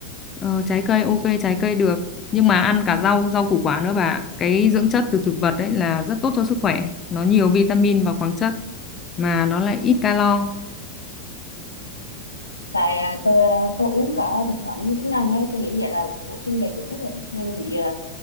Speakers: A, on the left; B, on the left.
A: Ờ, trái cây ok trái cây được nhưng mà ăn cả rau rau củ quả nữa bà ạ. cái dưỡng chất từ thực vật đấy là rất tốt cho sức khỏe nó nhiều vitamin và khoáng chất mà nó lại ít calo
B: tại à, tôi à, có uống cả thực phẩm chức năng ấy tôi nghĩ vậy là bổ sung đầy đủ rồi nên bị à,